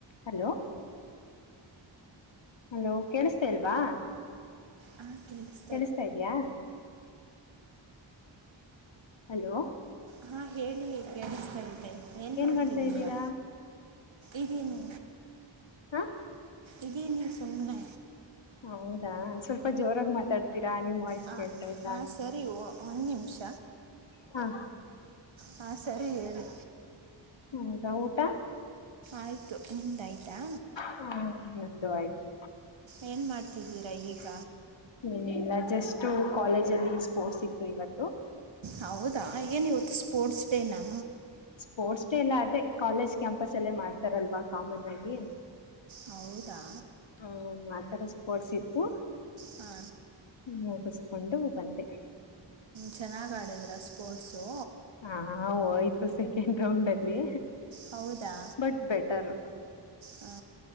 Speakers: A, on the left (about 70°); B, on the right (about 75°).
A: Hello hello ಕೇಳಿಸ್ದ ಇಲ್ವಾ
B: ಹಹ ಕೇಳಿಸ್ತು
A: ಕೇಳಿಸ್ತಾ ಇದ್ಯಾಾ ಹಲೋ
B: ಹಾ ಹೇಳಿ ಕೇಳುಸ್ತಾ ಇದೆ ಏನ್ ಮಾಡ್ತಿದ್ದೀರಾ
A: ಮಾಡ್ತಾ ಇದ್ದೀರಾ
B: ಇದೀನಿ
A: ಹ
B: ಇದೀನಿ ಸುಮ್ಮನೆ
A: ಹೌದಾ ಸ್ವಲ್ಪ ಜೋರಾಗ ಮಾತಾಡ್ತೀರಾ ನಿಮ್ಮ ವಾಯ್ಸ್
B: ಹಂ
A: ಕೇಳ್ತಾ ಇಲ್ಲ
B: ಹಾಂ ಸರಿ ಒಂದು ನಿಮಿಷ
A: ಹ
B: ಹಾ ಸರಿ ಹೇಳು
A: ಹ್ಮ್ ಹೌದ ಊಟ
B: ಆಯ್ತು ನಿಮ್ದಾಯ್ತಾ
A: ಹ್ಮ ನಮ್ದು ಆಯ್ತು
B: ಏನ್ ಮಾಡ್ತಿದ್ದೀರಾ ಈಗ
A: ಇನ ಇಲ್ಲ ಜಸ್ಟ್ ಕಾಲೇಜ ಅಲ್ಲಿ ಸ್ಪೋರ್ಟ್ಸ್ ಇತ್ತು ಇವತ್ತು
B: ಹೌದಾ ಏನ್ ಇವತ್ತು ಸ್ಪೋರ್ಟ್ಸ್ ಡೇನಾ
A: ಸ್ಪೋರ್ಟ್ಸ್ ಡೇ ಎಲ್ಲ ಅೇ ಕಾಲೇಜ್ ಕ್ಯಾಂಪಸ್ ಅಲ್ಲೇ ಮಾಡ್ತಾರಲ್ವಾ ಕಾಮನ್ ಆಗಿ
B: ಹೌದಾ
A: ಹ್ಮ್ ಆತರ ಸ್ಪೋರ್ಟ್ಸ್ ಇತ್ತು
B: ಹಾ
A: ಮುಗಿಸ್ಕೊಂಡು ಬಂದೆ
B: ಚೆನ್ನಾಗ್ ಆಡಿದ್ರಾ ಸ್ಪೋರ್ಟ್ಸು
A: ಹ ಹ ಆಯ್ತು ಸೆಕೆಂಡ್ ರೌಂಡ್ ಅಲ್ಲಿ
B: ಹೌದಾ
A: ಬಟ್ ಬೆಟರ್
B: ಹಾ